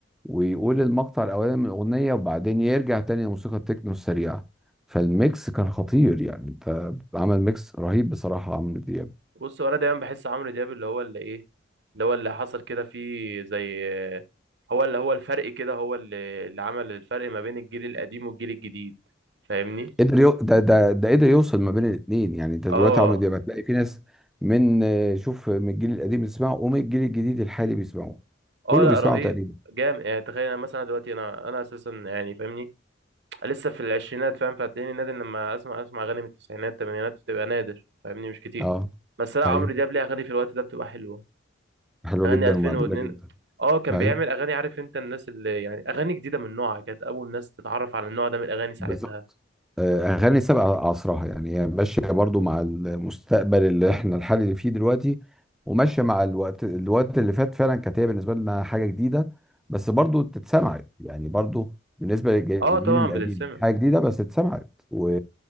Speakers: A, in the centre; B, on the right.
A: ويقول المقطع الاولاني من الاغنيه وبعدين يرجع تاني لموسيقى التكنو السريعه فالميكس كان خطير يعني انت عمل ميكس رهيب بصراحه عمرو دياب
B: بص هو انا دايما بحس عمرو دياب اللي هو اللي ايه اللي هو اللي حصل كده فيه زي هو اللي هو الفرق كده هو اللي اللي عمل الفرق ما بين الجيل القديم والجيل الجديد فاهمني
A: قدر يو... ده ده ده قدر يوصل ما بين الاثنين يعني انت دلوقتي
B: اه
A: عمرو دياب هتلاقي في ناس من آه، شوف من الجيل القديم بيسمعه ومن الجيل الجديد الحالي بيسمعوه
B: اه
A: كله
B: لا
A: بيسمعه
B: رهيب
A: تقريبا
B: جامد يعني تخيل انا مثلا دلوقتي انا انا اساسا يعني فاهمني لسه في العشرينات فاهم فهتلاقيني نادر لما اسمع اسمع اغاني من التسعينات الثمانينات بتبقى نادر فاهمني مش كتير
A: اه
B: بس لا
A: ايوه
B: عمرو دياب ليه اغاني في الوقت ده بتبقى حلوه
A: حلوه
B: اغاني
A: جدا
B: 2002
A: ومقبوله جدا
B: اه كان
A: ايوه
B: بيعمل اغاني عارف انت الناس اللي يعني اغاني جديده من نوعها كانت اول ناس تتعرف على النوع ده من الاغاني ساعتها
A: بالظبط آه، اغاني سابقه عصرها يعني هي ماشيه برضو مع المستقبل اللي احنا الحالي اللي فيه دلوقتي وماشيه مع الوقت الوقت اللي فات فعلا كانت هي بالنسبه لنا حاجه جديده بس برضو تتسمع يعني برضو بالنسبه للجيل
B: اه طبعا
A: القديم
B: بتتسمع
A: حاجه جديده بس اتسمعت و...